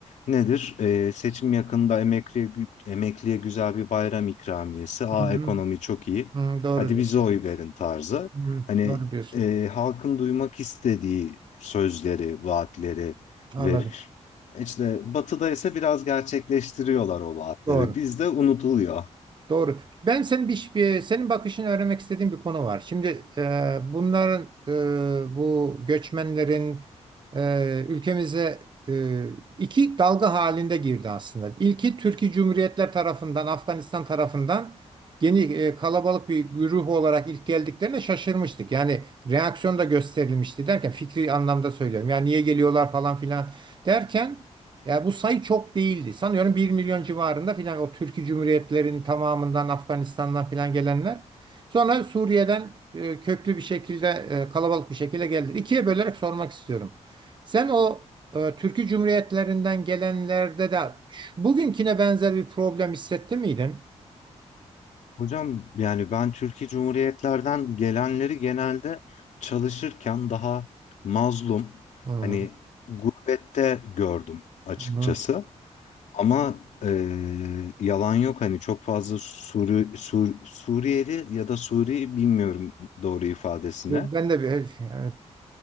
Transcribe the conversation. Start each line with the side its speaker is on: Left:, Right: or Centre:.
Left: nedir? Ee, seçim yakında emekliye, gü- emekliye güzel bir bayram ikramiyesi. Aa
Right: hmm,
Left: ekonomi çok iyi.
Right: hmm, doğru
Left: Hadi
Right: diyorsun.
Left: bize oy verin tarzı.
Right: Hmm,
Left: Hani
Right: doğru diyorsun.
Left: e, halkın duymak istediği sözleri, vaatleri
Right: Anladım.
Left: verir. İşte batıda ise biraz gerçekleştiriyorlar o vaatleri.
Right: Doğru.
Left: Bizde unutuluyor.
Right: Doğru. Ben senin bir, bir- senin bakışını öğrenmek istediğim bir konu var. Şimdi e, bunların e, bu göçmenlerin e, ülkemize e, iki dalga halinde girdi aslında. İlki Türkiye Cumhuriyetler tarafından, Afganistan tarafından yeni e, kalabalık bir güruh olarak ilk geldiklerine şaşırmıştık. Yani reaksiyon da gösterilmişti derken fikri anlamda söylüyorum. Yani niye geliyorlar falan filan derken. Ya bu sayı çok değildi. Sanıyorum bir milyon civarında filan o Türkiye Cumhuriyetlerinin tamamından Afganistan'dan filan gelenler. Sonra Suriye'den e, köklü bir şekilde e, kalabalık bir şekilde geldi. İkiye bölerek sormak istiyorum. Sen o e, Türkiye Cumhuriyetlerinden gelenlerde de şu- bugünküne benzer bir problem hissetti miydin?
Left: Hocam yani ben Türkiye Cumhuriyetlerden gelenleri genelde çalışırken daha mazlum
Right: Hı,
Left: hani gurbette gördüm açıkçası.
Right: hı.
Left: Ama eee, yalan yok hani çok fazla Suri, Sur, Suriyeli ya da Suri bilmiyorum doğru ifadesine.
Right: Ben de bir, yani